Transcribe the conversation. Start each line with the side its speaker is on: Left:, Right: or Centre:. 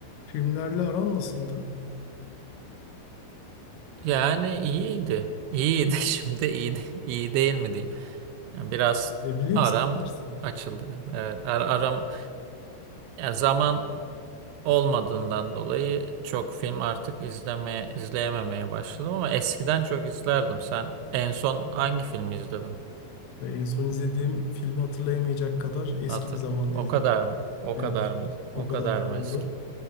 Left: Filmlerle aran nasıldı?
Right: Yani iyiydi. İyiydi <laughs> şimdi iyi de- iyi değil mi diyeyim. Yani biraz
Left: Ne bileyim
Right: aram
Left: sen bilirsin.
Right: açıldı. Evet, ar- aram yani zaman olmadığından dolayı çok film artık izlemeye izleyememeye başladım ama eskiden çok izlerdim. Sen en son hangi filmi izledin?
Left: Ve En son izlediğim filmi hatırlayamayacak kadar eski
Right: Hatır.
Left: bir zamanda
Right: O
Left: izledim.
Right: kadar mı? O
Left: Evet,
Right: kadar mı?
Left: o
Right: O
Left: kadar
Right: kadar
Left: oldu.
Right: mı eski?